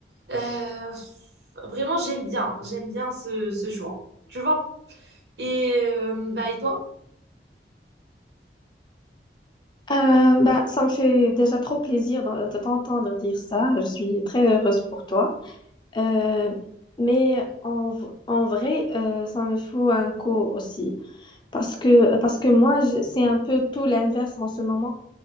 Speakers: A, on the right (about 70°); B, on the left (about 25°).
A: euh, vraiment j'aime bien, j'aime bien ce, ce choix, tu vois. Et, euh, bah, et toi?
B: Euh, bah, ça me fait déjà trop plaisir de, de t'entendre dire ça. Je suis très heureuse pour toi. Euh, mais en, v- en vrai, euh, ça me faut un coup aussi. Parce que, parce que moi, je- c'est un peu tout l'inverse en ce moment.